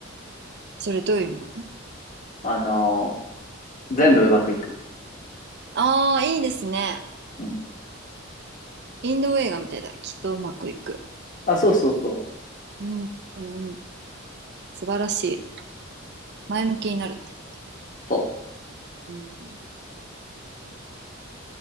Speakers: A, on the right (about 55°); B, on the left (about 40°).
A: それどういう意味なの
B: あのー全部うまくいく。
A: ああ、いいですね。
B: うん。
A: インド映画みたいだ。きっとうまくいく。
B: あ、そうそうそう。
A: うんうんうん。素晴らしい。前向きになるね。
B: そ
A: うん。